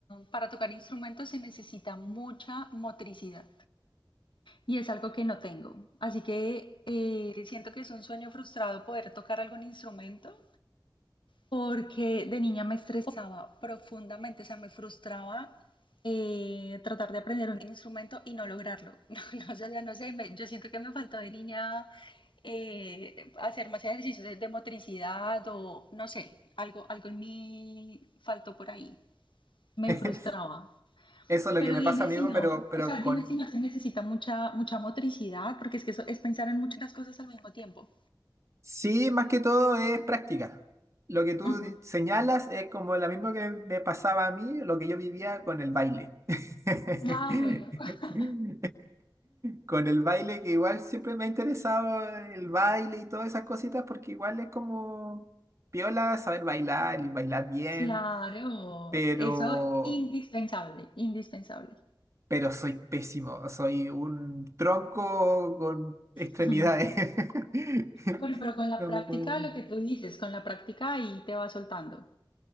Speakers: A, on the left (about 80°); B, on the right (about 35°).
A: para tocar instrumentos se necesita mucha motricidad. y es algo que no tengo. Así que eh, siento que es un sueño frustrado poder tocar algún instrumento porque de niña me estresaba profundamente, o sea, me frustraba eh, tratar de aprender un instrumento y no lograrlo. <laughs> No, no, o sea, no sé, me- yo siento que me faltó de niña eh, hacer más ejercicios de, de motricidad o no sé, algo, algo en mí faltó por ahí. Me
B: <laughs>
A: frustraba.
B: Eso es lo
A: Pero
B: que me
A: dime
B: pasa, amigo,
A: si no,
B: pero, pero
A: o sea,
B: con,
A: dime si no se necesita mucha, mucha motricidad, porque es que eso es pensar en muchas cosas al mismo tiempo.
B: Sí, más que todo es práctica. Lo que tú
A: Ujú.
B: di- señalas es como lo mismo que me pasaba a mí, lo que yo vivía con el baile. <laughs>
A: Ah, bueno. <laughs>
B: Con el baile que igual siempre me ha interesado el baile y todas esas cositas porque igual es como piola saber bailar y bailar bien,
A: Claro,
B: pero
A: eso indispensable, indispensable.
B: pero soy pésimo, soy un tronco con extremidades.
A: <laughs>
B: <laughs>
A: Bueno, pero con la
B: No
A: práctica,
B: me puedo mover.
A: lo que tú dices, con la práctica ahí te va soltando.